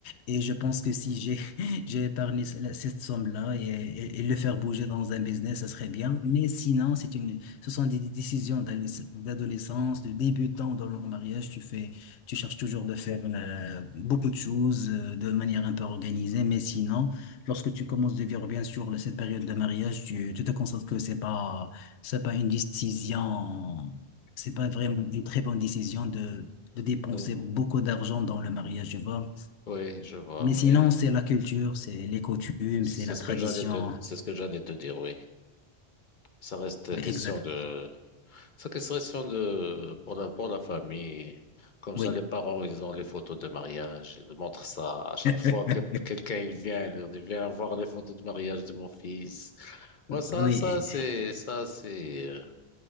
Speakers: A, on the left; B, on the left.
A: Et je pense que si j'ai, <laughs> j'ai épargné ce- cette somme-là et, et- et le faire bouger dans un business, ça serait bien. Mais sinon, c'est une, ce sont des décisions d'adolesc- d'adolescence, de débutant dans le mariage. Tu fais, tu cherches toujours de faire euh, beaucoup de choses euh, de manière un peu organisée, mais sinon, Lorsque tu commences de vivre, bien sûr, cette période de mariage, tu, tu te constates que c'est pas, c'est pas une décision, c'est pas vraiment une très bonne décision de, de dépenser
B: euh,
A: beaucoup d'argent dans le mariage, tu vois.
B: oui, je vois.
A: Mais sinon,
B: Mais
A: c'est la culture, c'est les coutumes,
B: c'est
A: c'est la
B: ce
A: tradition.
B: que j'allais te, c'est ce que j'allais te dire, oui. Ça reste
A: Oui,
B: question
A: exact.
B: de Séquestration de, pour la, pour la famille. Comme
A: Oui.
B: ça, les parents, ils ont les photos de mariage. Ils montrent ça à chaque
A: <laughs>
B: fois que quelqu'un il vient. Ils leur disent, viens voir les photos de mariage de mon fils. Ouais, ça,
A: Oui,
B: ça, c'est, ça, c'est, euh,